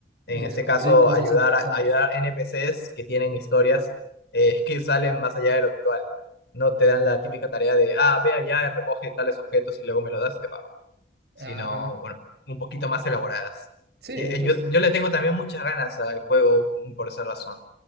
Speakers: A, on the left; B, on the right.
A: En
B: Descubrir
A: este caso,
B: cosas
A: ayudar
B: interesantes.
A: a ayudar NPCs que tienen historias eh, que salen más allá de lo habitual. No te dan la típica tarea de, ah, ve allá, recoge tales objetos y luego me los das y te pago. sino,
B: Ajá.
A: bueno, un poquito más elaboradas.
B: Sí,
A: Y,
B: de
A: eh,
B: hecho,
A: Yo,
B: es-
A: yo le tengo también muchas ganas al juego mm, por esa razón.